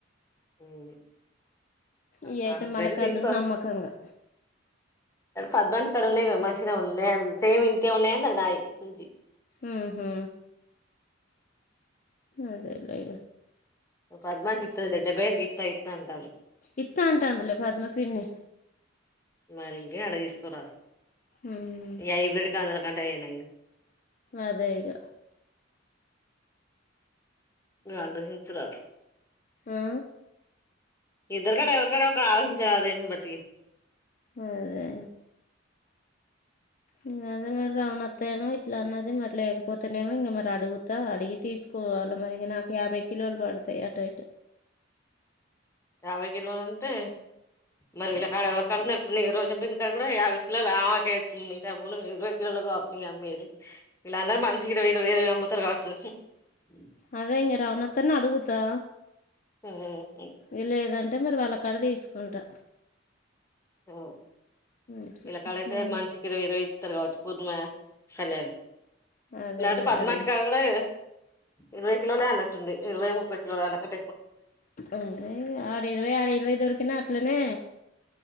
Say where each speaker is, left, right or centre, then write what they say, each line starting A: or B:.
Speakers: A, on the left; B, on the left.
A: <inaudible>
B: ఇవి అయితే మన
A: వేర
B: కందులు
A: ఫీస్ పద్మంది
B: నమ్మకంగా
A: కాడ ఉన్నాయి కదా మంచిగా ఉన్నాడి సేమ్ ఇంతే ఉన్నాయండి అది నాయి సూంచి
B: అ హా అదేలా
A: పద్మంత ఇతుద దెబ్బైర్కి ఇత్త ఇత్త అంత అ
B: ఇత్తాంటాందిలే పద్మ పిన్ని
A: మరి ఇంకే ఆడ తీసుకురా
B: ఉమ్.
A: ఈ హైబ్రిడ్ కందుల కంటే అయ్యే నయం
B: అదేగా
A: ఆలోచించరా
B: ఆ?
A: ఇద్దరు కడ ఎవరికడ ఒక ఆలోచించాల అదేటిని బట్టి
B: అదే ఇ అదే మరి రవణ అత్తా ఏమో ఇట్లా అన్నది మరి లేకపోతేనేమో ఇంక మరి అడుగుతా అడిగి తీసుకు కోలు మరిగ నాకు యాభై కిలోలు పడతాయ్ అటుటు
A: <unintelligible> యాభై కిలోలు అంటే మరి వీళ్ళ కాడ ఎవరి కాళన్నా ఎప్పుడు నీకు రోజంప ఇంది కాడ కూడా యాభై కిలోలు కతుంది మీ ఇరవై కిలోలో కావుతుంది అమ్మీది వీళ్ళందరు మనిషికి ఇరవై ఇరవై అముతారు కావచ్చు <unintelligible>
B: అదే ఇంకా రావణ అత్తని అడుగుతా
A: ఊ
B: ఇ లేదంటే మరి వాళ్ళ కాడ తీసుకుంటా
A: ఆ
B: ఇట్లా
A: ఇలా కాడైతే
B: మరి
A: మనిషికి ఇరవై ఇరవై ఇస్తారు కావచ్చు పూర్మ కల్యాణ్
B: అదే
A: లేద
B: మరి
A: పద్మాంటి
B: అడిగి
A: కాడ కూడా ఇరవై కిలోలే అన్నంటుంది ఇరవై ముప్పై కిలో అంతకం
B: అద ఆరు ఇరవై ఆరు ఇరవై దొరికినా అట్లనే